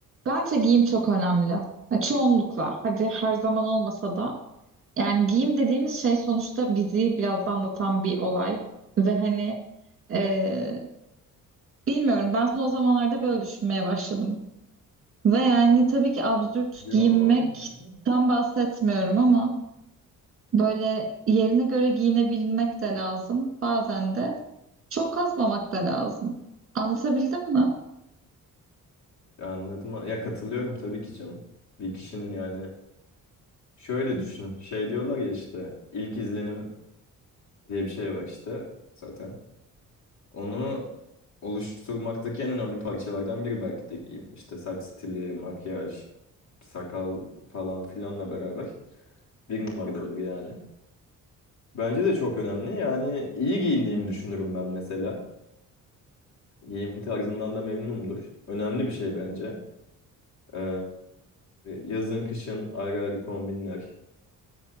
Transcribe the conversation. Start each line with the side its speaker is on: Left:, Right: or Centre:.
Right: Bence giyim çok önemli. Ya çoğunlukla. Hadi her zaman olmasa da. Yani giyim dediğimiz şey sonuçta bizi biraz da anlatan bir olay. Ve hani e, bilmiyorum ben son zamanlarda böyle düşünmeye başladım. Ve yani tabii ki absürt
Left: Yo.
Right: giyinmekten
Left: <laughs>
Right: bahsetmiyorum ama böyle yerine göre giyinebilmek de lazım. Bazen de çok kasmamak da lazım. Anlatabildim mi?
Left: Anladım. Ya katılıyorum tabii ki canım. Bir kişinin yani şöyle düşün. Şey diyorlar ya işte ilk izlenim diye bir şey var işte zaten. Onu oluşturmaktaki en önemli parçalardan biri belki de giyim. İşte saç stili, makyaj, sakal falan filanla beraber bir numaradadır yani. Bence de çok önemli. Yani iyi giyindiğimi düşünürüm ben mesela. Giyim tarzımdan da memnunumdur. Önemli bir şey bence. Ee, yazın kışın ayrı ayrı kombinler